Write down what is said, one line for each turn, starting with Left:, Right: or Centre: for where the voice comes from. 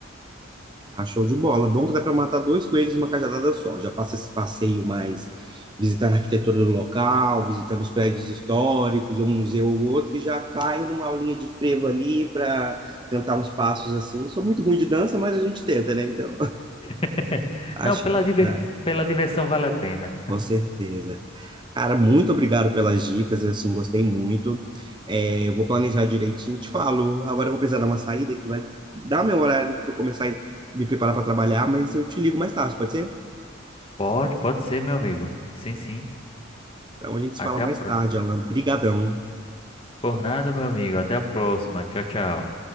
Right: Ah, show de bola. Bom que dá para matar dois coelhos numa cajadada só. Já passa esse passeio mais visitando a arquitetura do local, visitando os prédios históricos, um museu ou outro, e já cai numa aulinha de frevo ali para tentar uns passos assim. Sou muito ruim de dança, mas a gente tenta, né? Então,
Left: <laughs>
Right: <laughs> acho
Left: Não, pela,
Right: que
Left: diver,
Right: dá,
Left: pela diversão vale a pena.
Right: com certeza. Cara, muito obrigado pelas dicas, eu, assim, gostei muito. É, eu vou planejar direitinho e te falo. Agora eu vou precisar dar uma saída que vai dar meu horário para eu começar a me preparar para trabalhar, mas eu te ligo mais tarde, pode ser?
Left: Pode, pode ser, meu amigo. Sim, sim.
Right: Então a gente se fala
Left: Até
Right: mais
Left: a próxima.
Right: tarde, Alan. Brigadão, hein?
Left: Por nada, meu amigo. Até a próxima. Tchau, tchau.